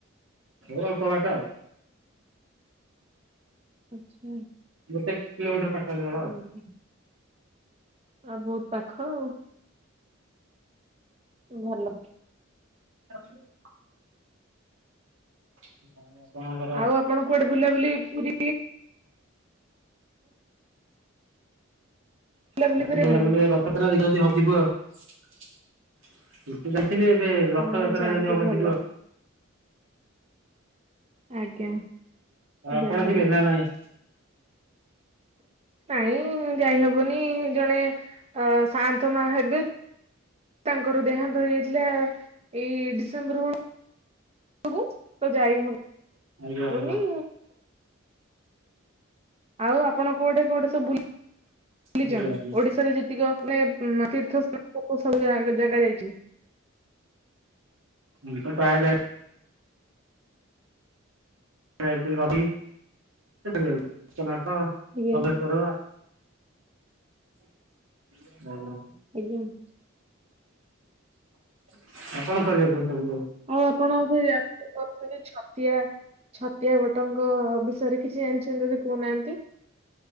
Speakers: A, on the right; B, on the right.
A: ଏଇ ଅଳ୍ପ ବାଟ ଆଉ।
B: ଆଚ୍ଛା
A: ଗୋଟେ କିଲୋମିଟର ପାଖାପାଖି
B: ହୁଁ,
A: ହେବ।
B: ହୁଁ। ଆଉ ବହୁତ ପାଖ ଆଉ। ଭଲ।
A: <inaudible> ଆପଣଙ୍କର
B: ଆଉ ଆପଣ କୁଆଡେ ବୁଲାବୁଲି, ପୁରୀ ବୁଲାବୁଲି
A: <unintelligible>
B: କରି ଯାଆନ୍ତି
A: ରଥଯାତ୍ରା ଦେଖିବା ହବ ଯଦି ଯିବୁ ଆଉ। <unintelligible> ଦେଖିଲି ଏବେ ରଥଯାତ୍ରା
B: ହଁ ଯାଆନ୍ତୁ
A: ଯଦି ହବ
B: ଭଲ
A: ଯିବ
B: ଆଜ୍ଞା।
A: ଆପଣ
B: ଯାହା
A: କରିବେ
B: ହଉ
A: ନା ନହିଁ।
B: ନାଇଁ ଯାଇହବନି ଜଣେ ଶ ହେବେ ତାଙ୍କର ଦେହାନ୍ତ ହେଇଯାଇଥିଲା ଏଇ ଡିସେମ୍ବର ତ ଯାଇ ହବନି।
A: ଆଜ୍ଞା ଆଜ୍ଞା।
B: ଆଉ ଆପଣ କୁଆଡେ କୁଆଡେ ସବୁ ବୁଲିଛନ୍ତି
A: ଆଜ୍ଞା ଆଜ୍ଞା।
B: ଓଡିଶାରେ ଯେତିକ ମାନେ ତୀର୍ଥ ସ୍ଥାନ ସବୁ ଜାଗା ଯାଇଛି।
A: ମୁଇ ତ ଟ୍ରା ଯ <inaudible> <inaudible>
B: ଆଜ୍ଞା
A: <inaudible>
B: <unintelligible>
A: <unintelligible> ଆପଣ କଣ କରାଯାଇଥିବ ସବୁକୁ।
B: ଆଉ ଆପଣ ସେଛନ୍ତି ଛତିଆ ଛତିଆ ବଟଙ୍କ କିଛି ଜଣିଛନ୍ତି ଯଦି କହୁନାହାନ୍ତି।